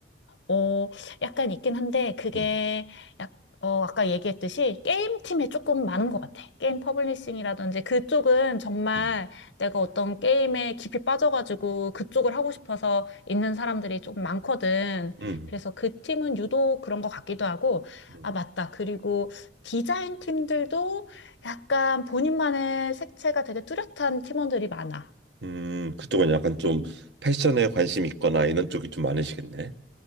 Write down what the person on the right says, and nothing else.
음,
음,
음.
음.
음, 그쪽은 약간 좀 패션에 관심 있거나 이런 쪽이 좀 많으시겠네.